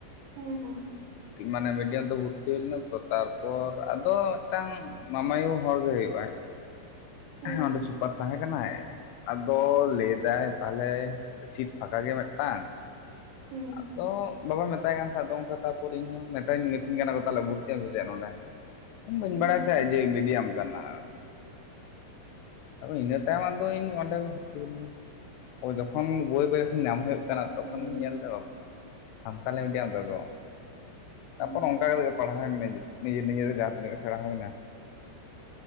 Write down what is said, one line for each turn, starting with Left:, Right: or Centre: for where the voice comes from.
Right: ᱦᱮᱸ ᱦᱮᱸ
Left: ᱢᱟᱱᱮ ᱢᱤᱰᱤᱭᱟᱢ ᱛᱮ ᱵᱷᱩᱨᱛᱤ ᱦᱩᱭ ᱞᱮᱱᱟ ᱛᱚ ᱛᱟᱨᱯᱚᱨ ᱟᱫᱚ ᱢᱤᱫᱴᱟᱝ ᱢᱟᱢᱟᱭᱚ ᱦᱚᱲ ᱜᱮ ᱦᱩᱭᱩᱜ ᱟᱭ
Right: ᱦᱮᱸ
Left: ᱮᱸ ᱚᱸᱰᱮ ᱥᱩᱯᱟᱨ ᱛᱟᱦᱮᱸ ᱠᱟᱱᱟᱭ ᱟᱫᱚ ᱞᱟᱹᱭᱫᱟᱭ ᱛᱟᱦᱮᱞᱮ ᱥᱤᱴ ᱯᱷᱟᱠᱟ ᱜᱮ ᱢᱤᱫᱴᱟᱝ
Right: ᱦᱩᱸ
Left: ᱟᱫᱚ ᱵᱟᱵᱟᱭ ᱢᱮᱛᱟᱭ ᱠᱟᱱ ᱛᱟᱦᱮᱸᱫ ᱫᱚ ᱠᱟ ᱛᱟᱨᱯᱚᱨ ᱤᱧ ᱢᱮᱛᱟᱧ ᱢᱤᱛᱟᱹᱧ ᱠᱟᱱᱟ ᱠᱚ ᱛᱟᱦᱚᱞᱮ ᱵᱷᱩᱨᱛᱤ ᱟᱢ ᱥᱮ ᱪᱮᱫ ᱱᱚᱸᱰᱮ ᱵᱟᱹᱧ
Right: ᱦᱮᱸ
Left: ᱵᱟᱲᱟᱭ
Right: ᱦᱮᱸ ᱦᱮᱸ
Left: ᱛᱟᱦᱮᱸᱜ ᱡᱮ ᱢᱤᱰᱤᱭᱟᱢ ᱠᱟᱱᱟ ᱟᱫᱚ ᱤᱱᱟᱹ ᱛᱟᱭᱚᱢ ᱟᱫᱚ ᱤᱧ ᱚᱸᱰᱮ <unintelligible> ᱡᱚᱠᱷᱚᱱ ᱵᱳᱭ ᱠᱚ ᱡᱚᱠᱷᱚᱱ ᱧᱟᱢ ᱦᱩᱭᱩᱜ ᱠᱟᱱᱟ ᱛᱚᱠᱷᱚᱱ
Right: ᱦᱮᱸ
Left: ᱧᱮᱞ ᱮᱫᱟ ᱵᱟᱵ ᱥᱟᱱᱛᱟᱞᱤ ᱢᱤᱰᱤᱭᱟᱢ ᱫᱚ ᱜᱚ ᱛᱟᱯᱚᱨᱮ
Right: ᱦᱮᱸ
Left: ᱚᱱᱠᱟ ᱠᱟᱛᱮᱜ ᱜᱮ ᱯᱟᱲᱦᱟᱣᱮᱱᱟ ᱱᱤᱡᱮ ᱱᱤᱡᱮᱛᱮ ᱡᱟᱦᱟᱸ ᱛᱤᱱᱟᱹᱜ ᱜᱮ ᱥᱮᱬᱟ ᱦᱩᱭᱱᱟ